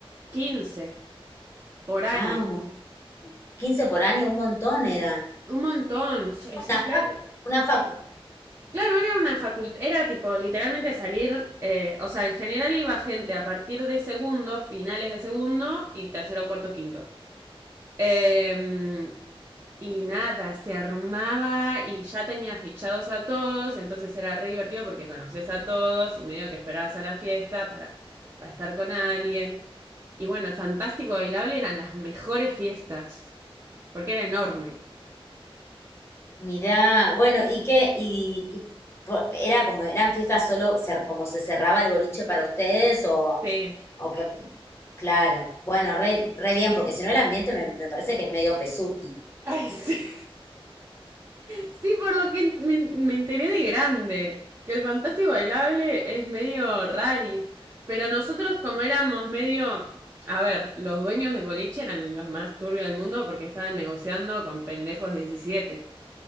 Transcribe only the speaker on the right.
15 por año.
Un montón. es-
claro,
claro, era una facultad, era tipo literalmente salir, eh, o sea, en general iba gente a partir de segundo, finales de segundo y tercero, cuarto, quinto. Em, Y nada, se armaba y ya tenía fichados a todos, entonces era re divertido porque conoces a todos y medio que esperabas a la fiesta para, para estar con alguien. Y bueno, el Fantástico Bailable eran las mejores fiestas, porque era enorme.
Sí.
Ay, sí. Sí, por lo que ent- me, me enteré de grande, que el fantástico bailable es medio rari, pero nosotros como éramos medio... A ver, los dueños del boliche eran los más turbios del mundo porque estaban negociando con pendejos de diecisiete,